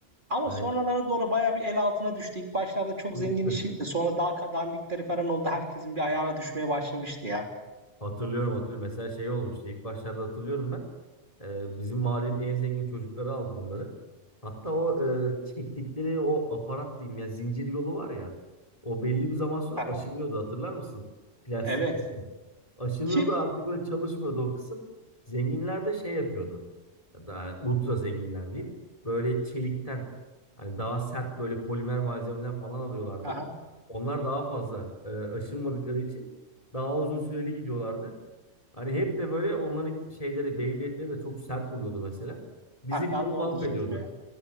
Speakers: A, on the right (about 40°); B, on the left (about 30°).
A: Ama
B: Hani
A: sonralara doğru bayağı bir el altına düştü. İlk başlarda çok
B: üstü.
A: zengin işiydi. Sonra daha ka- dandikleri falan oldu. Herkesin bir ayağına düşmeye başlamıştı ya.
B: Hatırlıyorum hatırlıyorum. Mesela şey olmuştu. İlk başlarda hatırlıyorum ben. Ee, bizim mahallenin en zengin çocukları aldı bunları. Hatta o e, çektikleri o aparat diyeyim ya zincir yolu var ya. O belli bir zaman sonra
A: Aha,
B: aşınıyordu hatırlar mısın? Plastik
A: evet.
B: kısmı. Aşınıyordu
A: Ki
B: artık böyle çalışmıyordu o kısım. Zenginler de şey yapıyordu. Yani ultra zenginler diyeyim. Böyle çelikten hani daha sert böyle polimer malzemeden falan alıyorlardı.
A: aha,
B: Onlar daha fazla e, aşınmadıkları için daha uzun süreli gidiyorlardı. Hani hep de böyle onların şeyleri, Beyblade'leri de çok sert oluyordu mesela. Bizimkileri
A: ha, ben de
B: mahvediyordu.
A: onu diyecektim ya.